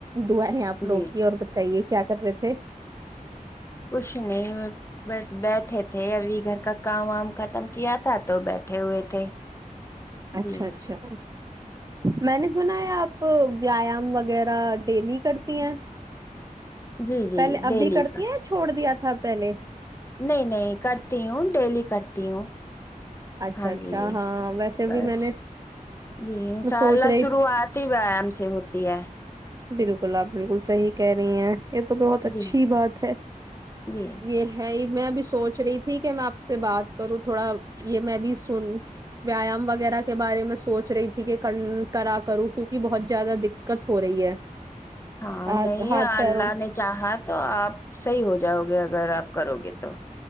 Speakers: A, on the right; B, on the left.
A: دعا ہے آپ لوگ
B: جی
A: کی اور بتائیے کیا کر رہے تھے
B: کچھ نہیں بس بیٹھے تھے ابھی گھر کا کام وام ختم کیا تھا تو بیٹھے ہوئے تھے
A: اچھا
B: جی
A: اچھا میں نے سنا ہے آپ ویایام وغیرہ ڈیلی کرتی ہیں
B: جی جی
A: پہلے
B: ڈیلی
A: ابھی کرتی
B: کا
A: ہیں چھوڑ دیا تھا پہلے
B: نہیں نہیں کرتی ہوں ڈیلی کرتی ہوں
A: اچھا
B: ہاں
A: اچھا
B: جی
A: ہاں ویسے
B: بس
A: بھی میں نے
B: جی ان
A: میں
B: شاء
A: سوچ
B: اللہ
A: رہی
B: شروعات ہی ویام سے ہوتی ہے
A: بالکل آپ بالکل صحیح کہہ رہی ہیں یہ تو بہت اچھی
B: جی
A: بات ہے
B: جی
A: یہ ہے میں اب سوچ رہی تھی کہ میں آپ سے بات کروں تھوڑا یہ میں بھی سن ویایام وغیرہ کے بارے میں سوچ رہی تھی کہ کرا کروں کیوںکہ بہت زیادہ دقت ہو رہی ہے
B: ہاں
A: ہاتھ
B: نہیں
A: ہاتھ پیروں
B: اللہ نے چاہا تو آپ صحیح ہو جاؤ گے اگر آپ کرو گے تو